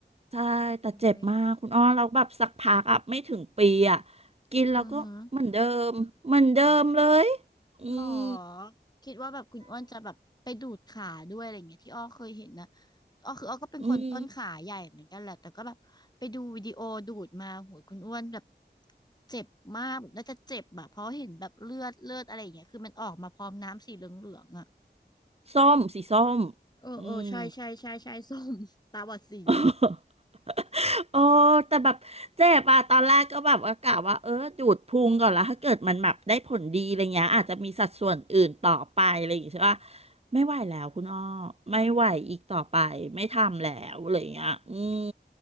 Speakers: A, on the right; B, on the left.
A: ใช่แต่เจ็บมากคุณอ้อเราแล้วแบบสักพักอ่ะไม่ถึงปีอ่ะ
B: อุ้ย
A: กินแล้วก็เหมือนเดิมเหมือนเดิมเลย
B: อือหือ
A: อืม
B: หรอคิดว่าแบบคุณอ้วนจะแบบไปดูดขาด้วยอะไรเงี้ยที่อ้อเคยเห็นนะอ้อคืออ้อก็เป็นคนต้นขาใหญ่เหมือนกันแหละแต่ก็แบบไปดูวิดีโอดูดมาโหยคุณอ้วนแบบ
A: อืม
B: เจ็บมากแบบน่าจะเจ็บแบบเพราะเห็นแบบเลือดเลือดอะไรอย่างเงี้ยคือมันออกมาพร้อมน้ำสีเหลืองๆอ่ะ
A: ส้มสีส้ม
B: เออเออใช่ใช่ใช่ใช่
A: อืม
B: <laughs> ส้ม <laughs> ตาบอดสี
A: <laughs> โอ้ แต่แบบเจ็บอะตอนแรกก็แบบว่ากะว่าเออดูดพุงก่อนแล้วถ้าเกิดมันแบบได้ผลดีอะไรเงี้ยอาจจะมีสัดส่วนอื่นต่อไปอะไรอย่างเงี้ยใช่ปะไม่ไหวแล้วคุณอ้อไม่ไหวอีกต่อไปไม่ทำแล้วอะไรเงี้ยอืม